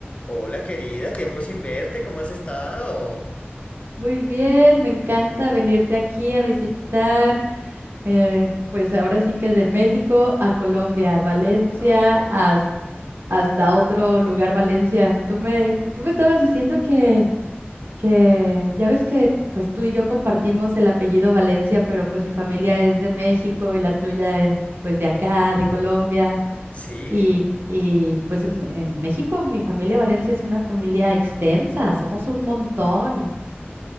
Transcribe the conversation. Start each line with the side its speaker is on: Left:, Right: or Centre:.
Left: Hola querida, tiempo sin verte, ¿cómo has estado?
Right: Muy bien, me encanta venirte aquí a visitar, eh, pues ahora sí que de México a Colombia, Valencia,
Left: No, pero
Right: has- hasta otro lugar, Valencia. Tú me, tú me estabas diciendo que, que, ya ves que pues tú y yo compartimos el apellido Valencia, pero pues mi familia es de México y la tuya eh, pues de acá, de Colombia.
Left: sí.
Right: Y, y pues en en México mi familia Valencia es una familia extensa, somos un montón.